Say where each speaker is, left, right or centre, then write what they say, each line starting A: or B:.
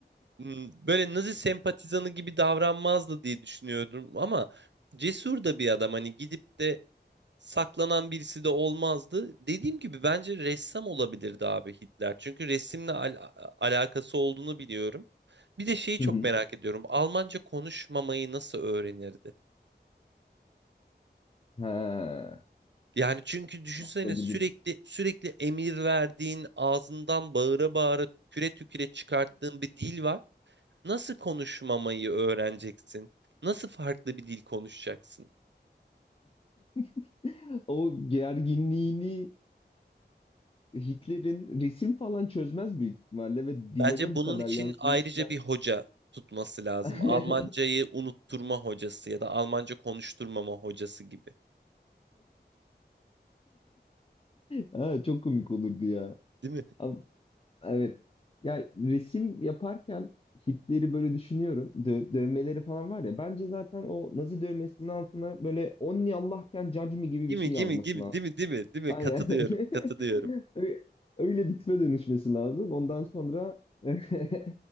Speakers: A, on the right; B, on the left.
A: Hmm, Böyle Nazi sempatizanı gibi davranmazdı diye düşünüyordum ama cesur da bir adam hani gidip de saklanan birisi de olmazdı. Dediğim gibi bence ressam olabilirdi abi Hitler. Çünkü resimle al- alakası olduğunu biliyorum. Bir de şeyi
B: Hı
A: çok
B: hı.
A: merak ediyorum. Almanca konuşmamayı nasıl öğrenirdi?
B: Ha.
A: Yani çünkü düşünsene
B: Başka
A: sürekli
B: bir-
A: sürekli emir verdiğin, ağzından bağıra bağıra tüküre tüküre çıkarttığın bir dil var. Nasıl konuşmamayı öğreneceksin? Nasıl farklı bir dil konuşacaksın?
B: <laughs> O gerginliğini Hitler'in resim falan çözmez büyük ihtimalle ve dile
A: Bence
B: de
A: bunun
B: bu kadar
A: için
B: yansımışken.
A: ayrıca bir hoca tutması lazım.
B: <laughs>
A: Almancayı unutturma hocası ya da Almanca konuşturmama hocası gibi.
B: Ha, çok komik olurdu ya.
A: Değil mi?
B: Ama, evet. Ya resim yaparken Hitler'i böyle düşünüyorum. Dö- dövmeleri falan var ya. Bence zaten o Nazi dövmesinin altına böyle Onni Allahken Judge Me gibi
A: Değil
B: bir şey
A: mi?
B: yazması
A: Değil mi? Değil mi? Değil mi? Değil mi? Değil mi?
B: Aynen.
A: Katılıyorum.
B: <laughs>
A: Katılıyorum.
B: Ö- Öyle bitme dönüşmesi lazım. Ondan sonra <laughs>